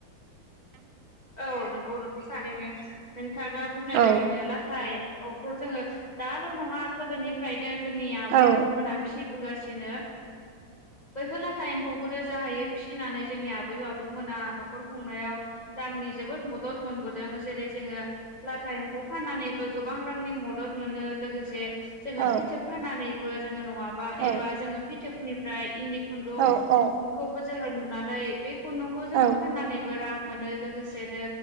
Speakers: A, on the left (about 30°); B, on the right (about 80°).
A: औ नंगौ नोंथ' थारैनो नोंथाङा बुंनाय
B: औ
A: बायदिनो लाथा एमफौ खौ जोङो दाल' नङा गोदोनिफ्रायनो जोंनि आबै
B: औ
A: आबौ मोना फिसियो बोगासिनो बैफोर लाथा एमफौखौनो जाहैयो फिसिनानै जोंनि आबै आबौमोना न'खर खुंनायाव रांनि जोबोद मदद मोनबोदों जेरै जोङो लाथा एमफौ फाननानैबो गोबां रांनि मदद मोनो लोगोसे जोङो
B: औ
A: फिथोब फाननानैबो जोङो नङाबा
B: औ
A: एबा जोङो फिथोबनिफ्राय इनदि खुनदुं
B: औ औ
A: बेखौबो जोङो लुनानै बे खुनदुंखौ जोङो
B: औ
A: फाननानैबो रां मोनो लोगोसेनो